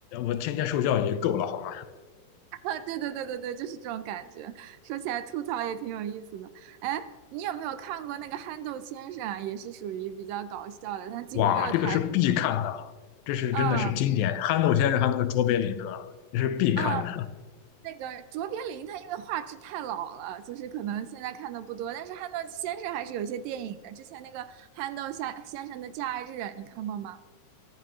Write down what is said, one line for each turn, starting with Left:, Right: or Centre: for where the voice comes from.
Left: 我天天受教育也够了好吗？
Right: <laughs> 啊，对对对对对，就是这种感觉。说起来吐槽也挺有意思的。哎，你有没有看过那个憨豆先生啊？也是属于比较搞笑的，他几乎没有台。
Left: 哇，这个是必看的，这是真的是经典，
Right: 嗯
Left: 憨豆先生还有那个卓别林，对吧？这是必看的。
Right: 嗯，那个卓别林他因为画质太老了，就是可能现在看的不多，但是憨豆先生还是有一些电影的。之前那个憨豆先先生的《假日》啊，你看过吗？